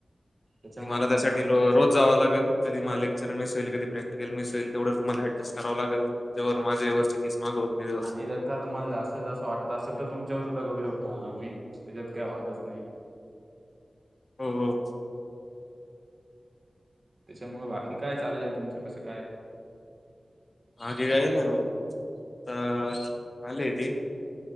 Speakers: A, on the right; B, on the left.
A: त्याच्यामुळे
B: नी मला त्यासाठी
A: जमणार
B: रो रोज जावं लागल कधी मला लेक्चर मिस होईल कधी प्रॅक्टिकल मिस होईल तेवढं तुम्हाला ऍडजस्ट कराव लागल. जोवर माझे
A: नाही
B: वरची केस माग होत नाही दिवस
A: आणि जर का तुम्हाला जास्त जास्त वाटत असेल तर तुमच्यावर सुद्धा करू शकतो हा आम्ही त्याच्यात काय वादच नाही.
B: हो हो.
A: त्याच्यामुळ बाकी काय चाललंय तुमचं कसं काय.
B: बाकी काय नाही भाऊ त आलीये ती.